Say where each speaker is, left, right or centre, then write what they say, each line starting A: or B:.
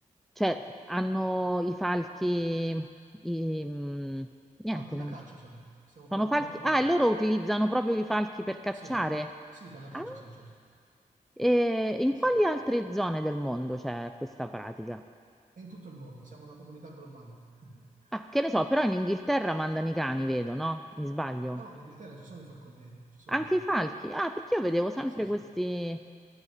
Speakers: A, in the centre; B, on the right.
A: Cioè, hanno i falchi, i, mh, niente,
B: Falchi da
A: non-
B: caccia sono. Stiamo parlando
A: sono falchi.
B: di falchi da
A: Ah,
B: caccia.
A: e loro utilizzano proprio i falchi per cacciare.
B: Sì, sì, per la caccia,
A: Ah.
B: sì, certo.
A: E in
B: Sì.
A: quali altre zone del mondo c'è questa pratica?
B: E in tutto il mondo, siamo una comunità globale. <laughs>
A: Ah, che ne so, però in Inghilterra mandano i cani, vedo, no? Mi sbaglio.
B: No, no, in Inghilterra ci sono i falconieri, ci sono,
A: Anche
B: ci sono.
A: i falchi. Ah, perché io vedevo sempre
B: Sì, sì.
A: questi,